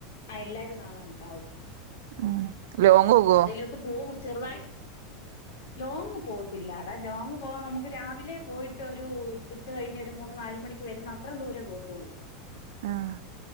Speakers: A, on the left (about 80°); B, on the right (about 75°).
A: ആഹ് എല്ലാരും നാളെ ഉണ്ടാവും
B: ഉം ലോങ് പോകോ
A: എവിടേലുമൊക്കെ പോവും ചെറുതായിട്ട് ലോങ്ങ് പോകത്തില്ല ടാ ലോങ്ങ് പോവാൻ നമുക്ക് രാവിലെ പോയിട്ട് ഒരു ഉച്ച കഴിഞ്ഞ് ഒരു മൂന്ന് നാല് മണിക്ക് വരുന്ന അത്രേ അത്രേം ദൂരെ പോവത്തുള്ളൂ
B: ആഹ്